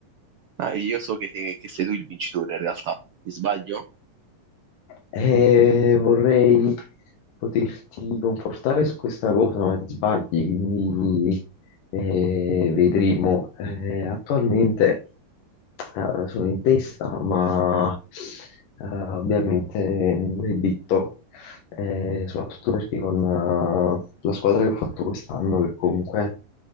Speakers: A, on the right; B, on the left.
A: Ah, io so che, sei che sei tu il vincitore in realtà, mi sbaglio?
B: E vorrei poterti confortare su questa cosa, ma ti sbagli, quindi eh, vedremo. Eh, attualmente eh, sono in testa, ma eh, ovviamente non è detto, eh, soprattutto perché con eh, la squadra che ho fatto quest'anno, che comunque